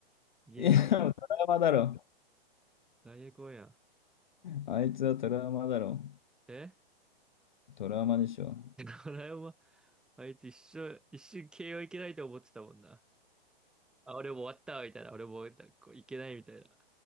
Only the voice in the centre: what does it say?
ゲーム、
何やこんやん。
え
<laughs> ライオンは <laughs> あいつ一緒、一瞬 k いけないと思ってたもんな。あ、俺も終わったわみたいな。俺もなんいけないみたいな。